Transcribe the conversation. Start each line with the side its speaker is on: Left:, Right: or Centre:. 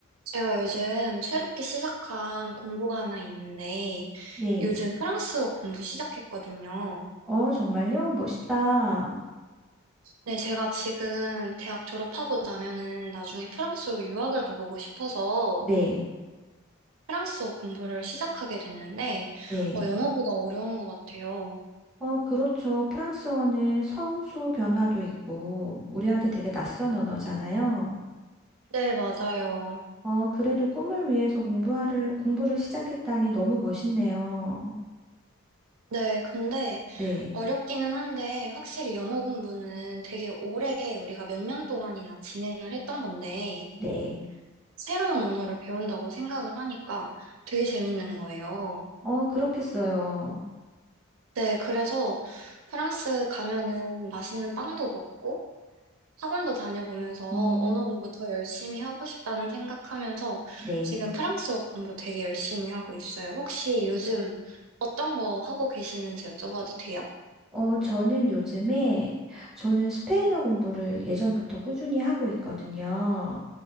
Right: 제가 요즘 새롭게 시작한 공부가 하나 있는데,
Centre: 네.
Right: 요즘 프랑스어 공부 시작했거든요.
Centre: 어, 정말요? 멋있다.
Right: 네, 제가 지금 대학 졸업하고 나면은 나중에 프랑스로 유학을 가보고 싶어서
Centre: 네.
Right: 프랑스어 공부를 시작하게 됐는데,
Centre: 네.
Right: 어, 영어보다 어려운 것 같아요.
Centre: 어, 그렇죠. 프랑스어는 성수 변화도 있고, 우리한테 되게 낯선 언어잖아요.
Right: 네, 맞아요.
Centre: 어, 그래도 꿈을 위해서 공부를, 공부를 시작했다니 너무 멋있네요.
Right: 네, 근데
Centre: 네.
Right: 어렵기는 한데, 확실히 영어 공부는 되게 오래 우리가 몇 년 동안이나 진행을 했던 건데,
Centre: 네.
Right: 새로운 언어를 배운다고 생각을 하니까 되게 재밌는 거예요.
Centre: 어, 그렇겠어요.
Right: 네, 그래서 프랑스 가면은 맛있는 빵도 먹고 학원도 다녀보면서
Centre: 음,
Right: 언어 공부 더 열심히 하고 싶다는 생각하면서
Centre: 네.
Right: 지금 프랑스어 공부 되게 열심히 하고 있어요. 혹시 요즘 어떤 거 하고 계시는지 여쭤봐도 돼요?
Centre: 어, 저는 요즘에, 저는 스페인어 공부를 예전부터 꾸준히 하고 있거든요.